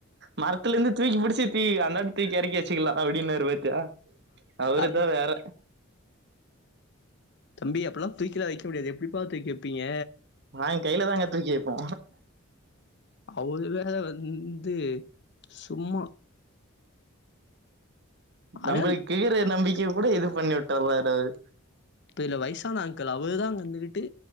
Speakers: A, on the right; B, on the left.
A: மரத்துலருந்து தூக்கி பிடிச்சி தீ அந்தாண்ட தூக்கி எறக்கி வெச்சுக்கலா அப்டின்னாரு பாத்தியா அவரு
B: அது
A: தா வேற
B: தம்பி அப்பல்லா தூக்கிலா வெக்க முடியாது எப்டிப்பா தூக்கி வெப்பீங்க
A: நாங்க கைல தாங்க தூக்கி வெப்போ
B: அவ்ளு தா அதுல வந்து சும்மா அதான்
A: நம்ப்ளுக்கு கீற நம்பிக்க கூட இது பண்ணி விட்டராறு அவரு
B: இப்ப இதுல வயசான ஆங்கள் அவரு தா அங்க இருந்துகிட்டு